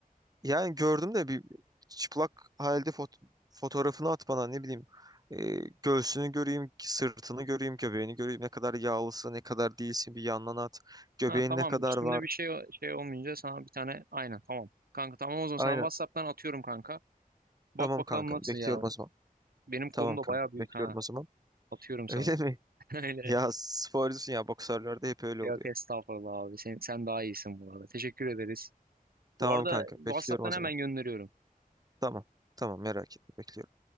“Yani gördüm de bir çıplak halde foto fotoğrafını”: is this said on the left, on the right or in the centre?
Right